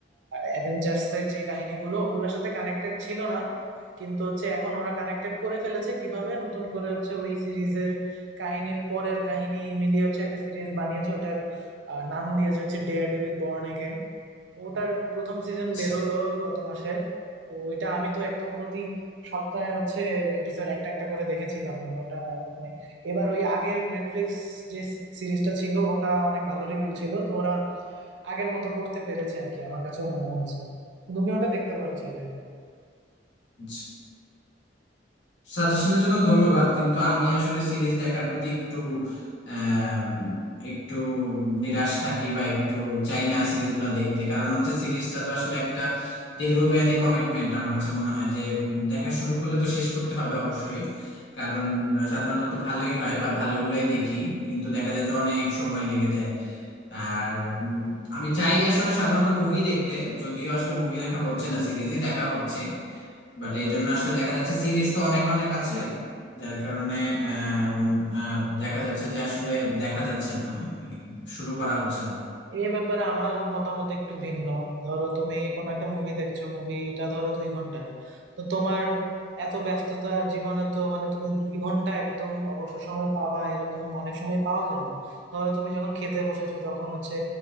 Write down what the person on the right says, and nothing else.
অ্যাভেঞ্জার্স এর যে কাহিনীগুলো ওগুলোর সাথে কানেক্টেড ছিল না কিন্তু হচ্ছে এখন ওরা কানেক্টেড করে ফেলেছে কিভাবে নতুন করে হচ্ছে ওই সিরিজের কাহিনীর পরের কাহিনী মিলিয়ে হচ্ছে একটা সিরিজ বানিয়েছে ওটার আহ, নাম দিয়েছে হচ্ছে ডেয়ার ডেভিল বর্ন তো ওটার প্রথম সিজন
বের হলো গত মাসে তো ওইটা আমি তো একদম প্রতি সপ্তাহে হচ্ছে এপিসোড একটা একটা করে দেখেছিলাম মানে ওটা মানে এবার ওই আগের নেটফ্লিক্স যে সিরিজটা ছিল ওটা অনেক ভালো রিভিউ ছিল তো ওরা আগের মতো করতে পেরেছে আর কি আমার কাছেও মনে হয়েছে তুমি ওটা দেখতে পারো চাইলে
এ ব্যাপারে আমার মতামত একটু ভিন্ন ধরো তুমি কোনো একটা মুভি দেখছো মুভিটা ধরো দুই ঘন্টার তো তোমার এত ব্যস্ততার জীবনে তো মানে তুমি দুই ঘন্টা একদম অবসর সময় পাবা এরকম অনেক সময় পাওয়া যায় না ধরো তুমি যখন খেতে বসেছো তখন হচ্ছে